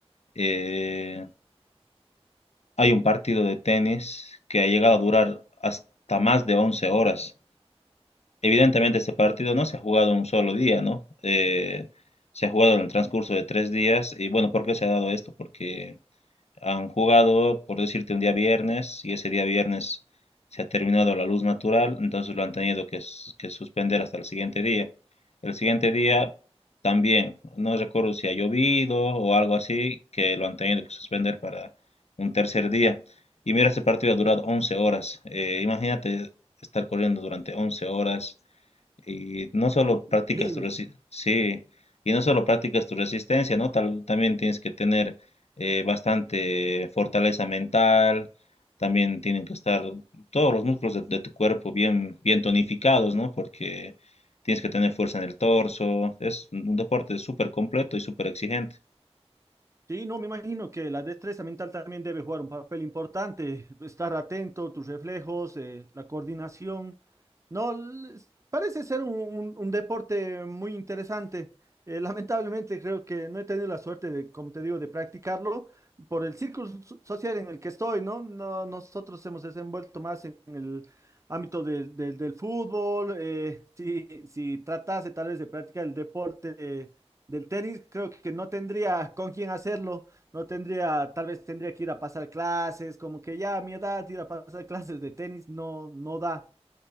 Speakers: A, on the left; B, on the right.
A: Eh, hay un partido de tenis que ha llegado a durar hasta más de 11 horas. Evidentemente este partido no se ha jugado en un solo día, ¿no? Eh, se ha jugado en el transcurso de tres días y bueno, ¿por qué se ha dado esto? Porque han jugado, por decirte, un día viernes y ese día viernes se ha terminado la luz natural, entonces lo han tenido que, s- que suspender hasta el siguiente día. El siguiente día también, no recuerdo si ha llovido o algo así, que lo han tenido que suspender para un tercer día. Y mira, este partido ha durado 11 horas. Eh, imagínate estar corriendo durante 11 horas y no solo practicas
B: Increíble.
A: tu resi- sí, y no solo practicas tu resistencia, ¿no? Tal- también tienes que tener eh, bastante fortaleza mental, también tienen que estar todos los músculos de, de tu cuerpo bien, bien tonificados, ¿no? Porque tienes que tener fuerza en el torso, es un deporte súper completo y súper exigente.
B: Sí, no, me imagino que la destreza mental también debe jugar un papel importante. Estar atento, tus reflejos, eh, la coordinación. No, l- es- parece ser un, un- un deporte muy interesante. Eh, lamentablemente creo que no he tenido la suerte de, como te digo, de practicarlo por el círculo so- social en el que estoy, ¿no? No, nosotros hemos desenvuelto más en el ámbito del del- del fútbol. eh, si, si tratase tal vez de practicar el deporte. Del tenis creo que no tendría con quién hacerlo, no tendría, tal vez tendría que ir a pasar clases, como que ya a mi edad ir a pasar <laughs> clases de tenis no, no da.